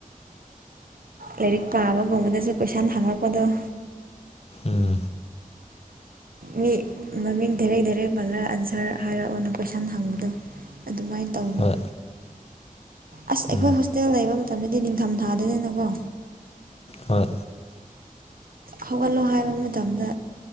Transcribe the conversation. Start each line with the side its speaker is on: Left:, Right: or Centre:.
Right: ꯂꯥꯏꯔꯤꯛ ꯄꯥꯕꯒꯨꯝꯕꯗꯁꯨ ꯀꯣꯏꯁꯟ ꯍꯪꯂꯛꯄꯗꯣ
Left: ꯎꯝ
Right: ꯃꯤ ꯃꯃꯤꯡ ꯗꯥꯏꯔꯦꯛ ꯗꯥꯏꯔꯦꯛ ꯄꯜꯂꯒ ꯑꯟꯁꯔ ꯍꯥꯏꯔꯛꯑꯣꯅ ꯀꯣꯏꯁꯟ ꯍꯪꯕꯗꯣ ꯑꯗꯨꯃꯥꯏꯅ ꯇꯧꯋꯦꯕ
Left: ꯍꯣꯏ
Right: ꯑꯁ ꯑꯩꯈꯣꯏ
Left: ꯎꯝ
Right: ꯍꯣꯁꯇꯦꯜ ꯂꯩꯕ ꯃꯇꯝꯗꯗꯤ ꯅꯤꯡꯊꯝ ꯊꯥꯗꯗꯅꯀꯣ
Left: ꯍꯣꯏ
Right: ꯍꯧꯒꯠꯂꯣ ꯍꯥꯏꯕ ꯃꯇꯝꯗ